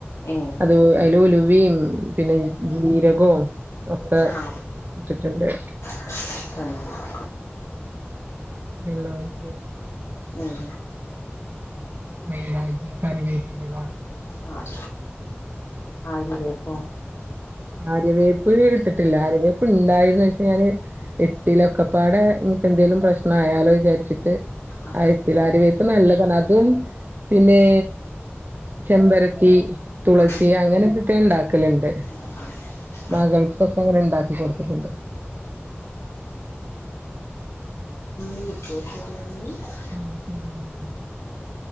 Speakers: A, on the left; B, on the right.
A: ഏ
B: അത് അയില് ഉലുവയും പിന്നെ ജീരകവും ഒക്കെ
A: ആ
B: ഇട്ടിട്ടുണ്ട്
A: <inaudible>
B: എല്ലാം ചെയ്ത്
A: ഉം
B: മൈലഞ്ചി കറിവേപ്പില
A: ആഹ് ആരിവേപ്പോ
B: ആരിവേപ്പ് ഇട്ടിട്ടില്ല ആരിവേപ്പ് ഉണ്ടായിന്ന് പക്ഷേ ഞാന് ഇട്ടില്ലലൊക്കപ്പാടെ ഇൻക്ക് എന്തേലും പ്രശ്നയാലോ വിചാരിച്ചിട്ട്
A: ആ
B: അയ് ഇട്ടില്ല ആരിവേപ്പ് നല്ലതാണ് അതും പിന്നെ ചെമ്പരത്തി തുളസി
A: ആ
B: അങ്ങനെക്കെ ഇട്ട് ഇണ്ടാക്കലണ്ട്
A: <unintelligible>
B: മകൾക്കൊക്കെ അങ്ങനെ ഇണ്ടാക്കി കൊടുത്തിട്ടുണ്ട്
A: <unintelligible>
B: ആഹ് ശരിണ്ട്